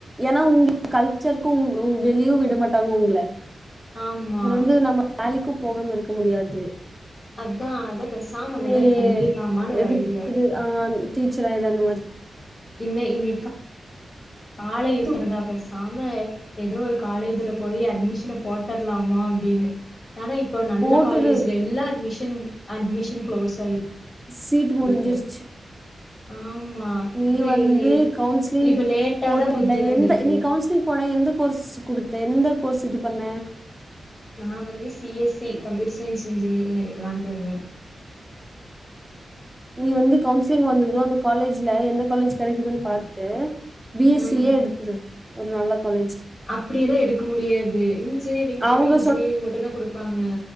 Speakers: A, in the centre; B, on the left (about 55°).
A: எ னா உங்க கல்ச்சர்க்கு வெளியு விட மாட்டாங்க உங்கல
B: ஆமா
A: இவரு வந்து நம்ம வேலைக்கு போகாம இருக்க முடியாது
B: அதா அதா பேசாம அந்த
A: நீ
B: மாரி பண்ணிர்லாமான்னு ஒரு
A: எடுத்துரு
B: ஐடியா
A: ஆ டீச்சர் ஆயிரு அந்த மாரி
B: இன்ன இன்னிக்க கா கால எத்தரதா பேசாம எதோ ஒரு காலேஜ்ல போய் அட்மிஷன போட்டர்லாமா அப்டின்னு ஆனா இப்ப நல்ல
A: போட்டுரு
B: காலேஜ்ல எல்லா அட்மிஷன் அட்மிஷன் க்ளோஸ் ஆயி
A: சீட்டு முடிஞ்சிருச்சு
B: இருக்கு ஆமா
A: நீ
B: இப்ப
A: வந்து
B: இல்லையே
A: கவுன்சிலிங்
B: இப்ப லேட்டா
A: போட்டல்ல
B: தா புத்தி வந்திருக்கு
A: எந்த நீ கவுன்சிலிங் போட எந்த கோர்ஸ் குடுத்த எந்த கோர்ஸ் இது பண்ண
B: நா வந்து C S C computer science engineering எடுக்கலான்ட்டு இருந்த
A: நீ வந்து கவுன்சிலிங் வந்தது அந்த காலேஜ்ல எந்த காலேஜ் கெடைக்குதுன் பாட்டு பி எஸ்
B: ம்
A: சியே எடுத்துரு ஒரு நல்ல காலேஜ்
B: அப்டியெல்லா எடுக்க முடியாது இன்ஜினியரிங் போட்டா
A: அவங்க
B: இன்ஜினியரிங் மட்டுந்தா குடுப்பாங்க